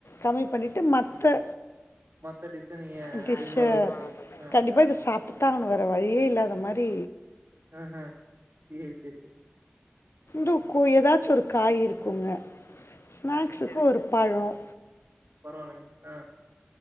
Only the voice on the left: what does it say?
கம்மி பண்ணிட்டு மத்த
<unintelligible> டிஷ்
அ
கண்டிப்பா இத சாப்ட்டு தான் ஆகணும் வேற வழியே இல்லாத மாரி
டுக்கு ஏதாச்சும் ஒரு காய் இருக்கு. குங்க. ஸ்நாக்ஸுக்கு ஒரு பழம்.